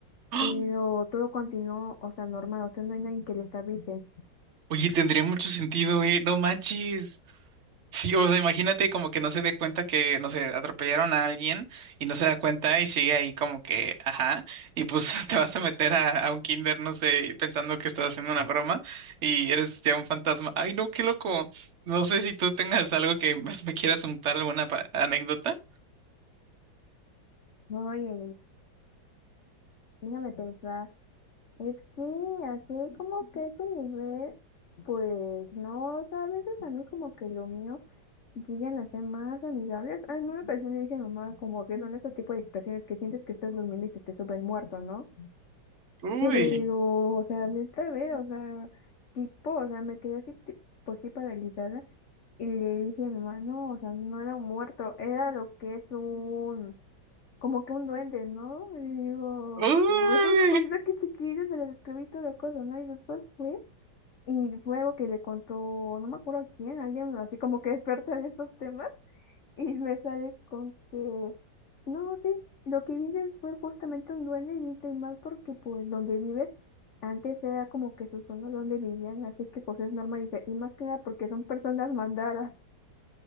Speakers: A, on the right; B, on the left.
A: ¡Ah!
B: pero todo continuó, o sea, normal, o sea, no hay nadie que les avise.
A: Oye, tendría mucho sentido, ¿eh? No manches. Sí, o sea, imagínate como que no se dé cuenta que, no sé, atropellaron a alguien y no se da cuenta y sigue ahí como que, ajá, y pues <laughs> te vas a meter a, a un kinder, no sé, y pensando que estás haciendo una broma y eres ya un fantasma. Ay, no, qué loco. No sé si tú tengas algo que más me quieras contar, alguna pa- anécdota.
B: Oye, déjame pensar, es que así como que ese nivel, pues no, o sea, a veces a mí como que lo mío. llegan a ser más amigables. Ah, en una ocasión le dije a mi mamá como que son ese tipo de situaciones que sientes que estás durmiendo y se te sube el muerto, ¿no?
A: Uy,
B: Pero, o sea, neta, a ver, o sea, tipo, o sea, me quedé así, ti- pues sí, paralizada. Y le dije a mi mamá, no, o sea, no era un muerto, era lo que es un, como que un duende, ¿no? Y digo,
A: uy,
B: "Oh, es una cosita que chiquita, se le escribí toda la cosa, ¿no? Y después fue, y fue algo que le contó, no me acuerdo a quién, alguien así como que experta en estos temas. Y me sale con que, no, sí, lo que vives fue justamente un duende y dice y más porque pues donde vives, antes era como que su zona donde vivían, así que pues es normal, dice, y más que nada porque son personas mandadas.